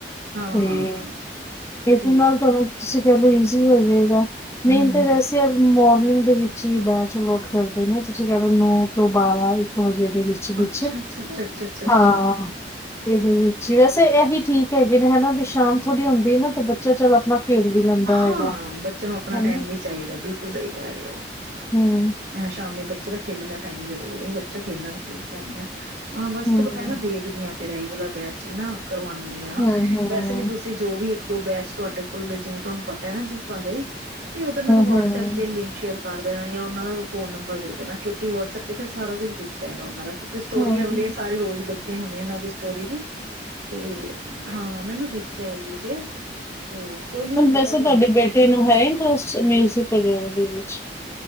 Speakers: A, on the right (about 65°); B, on the left (about 15°).
A: ਹਾਂ-ਹਾਂ-ਹਾਂ
B: ਤੇ, ਇਸਦੇ
A: ਤੇ
B: ਨਾਲ ਤੁਹਾਨੂੰ ਤੁਸੀਂ ਕਹਿ ਲੋ ਈਜ਼ੀ ਹੋ ਜਾਏਗਾ ਮੇਨ
A: ਹੂੰ-ਹੂੰ
B: ਤੇ ਵੈਸੇ ਨੀਂਦ ਦੇ ਵਿੱਚ ਹੀ ਬੈਚ ਲੋਕ ਕਰਦੇ ਨੇ ਤੁਸੀਂ ਕਹਿ ਦੋ ਨੋਟ ਤੋਂ ਬਾਰਾਂ ਇੱਕ ਵਜੇ ਦੇ ਵਿੱਚ ਵਿਚ
A: ਅੱਛਾ-ਅੱਛਾ-ਅੱਛਾ-ਅੱਛਾ-ਅੱਛਾ-ਅੱਛਾ।
B: ਹਾਂ ਇਹਦੇ ਵਿੱਚ ਹੀ ਵੈਸੇ ਇਹੀ ਠੀਕ ਹੈਗੇ ਨੇ ਹਨਾ ਵੀ ਸ਼ਾਮ ਥੋੜ੍ਹੀ ਹੁੰਦੀ ਨਾ ਤੇ ਬੱਚਾ ਚੱਲ ਆਪਣਾ ਖੇਡ ਵੀ ਲੈਂਦਾ
A: ਹਾਂ,
B: ਹੈਗਾ।
A: ਬੱਚਿਆਂ ਨੂੰ ਆਪਣਾ
B: ਹੈਨਾ
A: ਟਾਈਮ ਵੀ ਚਾਹੀਦਾ ਬਿਲਕੁਲ ਸਹੀ ਕਹਿ ਰਹੇ ਹੋ,
B: ਹੂੰ,
A: ਸ਼ਾਮੀ ਬੱਚੇ ਬੱਚੇ ਦਾ ਖੇਲਣ ਦਾ ਟਾਈਮ ਜ਼ਰੂਰ ਹੈ, ਬੱਚਾ ਖੇਲਣ ਜ਼ਰੂਰ ਕਹਿੰਦਾ ਹੈ। ਹਾਂ, ਬਸ
B: ਹੂੰ,
A: ਚਲੋ
B: ਹੂੰ,
A: ਮੈਂ ਨਾ ਦੇਖਦੀ ਹਾਂ। ਫੇਰ ਏਹੀ ਵਾਲਾ ਬੈਚ ਨਾ ਕਰਵਾਉਂਦੀਆਂ,
B: ਹੂੰ, ਹੂੰ,
A: ਵੈਸੇ ਵੀ ਤੁਸੀਂ ਜੋ ਵੀ ਇੱਕ ਦੋ ਬੈਚ ਤੁਹਾਡੇ ਕੋਲ ਜਿਵੇਂ ਤੁਹਾਨੂੰ ਪਤਾ ਹੈ ਨਾ ਜਿਸ ਬਾਰੇ ਤੇ ਉਹਦਾ ਮੈਨੂੰ ਵਟਸਐਪ
B: ਹੂੰ,
A: ਤੇ ਲਿੰਕ ਸ਼ੇਅਰ ਕਰ ਦੇਣਾ ਜਾਂ ਉਹਨਾਂ ਦਾ ਫ਼ੋਨ-ਨੰਬਰ ਦੇਣਾ, ਕਿਉਂਕਿ ਵਟਸਐਪ 'ਤੇ ਫਿਰ ਸਾਰਾ ਕੁਝ ਦਿਖ ਜਾਵੇਗਾ ਉਹਨਾਂ ਦਾ। ਕਿਉਂਕਿ ਸਟੋਰੀਆਂ-
B: ਹੂੰ,
A: ਵਾਲੇ
B: ਹੂੰ।
A: ਇਹ ਸਾਰੇ ਰੋਜ਼ ਲੱਗ ਤੇ ਹੋਵੇ ਇਹਨਾਂ ਦੀ ਸਟੋਰੀ ਵੀ ਤੇ ਹਾਂ, ਮੈਨੂੰ ਦੀਪ ਸਹੀ ਜੇ 'ਤੇ ਕੋਈ ਨੀ ਮੈਂ
B: ਹੁਣ ਵੈਸੇ
A: ਕਰਵਾ
B: ਤੁਹਾਡੇ ਬੇਟੇ ਨੂੰ ਹੈ ਇੰਟਰਸਟ ਮਿਊਜ਼ਿਕ ਸਿੰਪਲ ਦੇ ਵਿੱਚ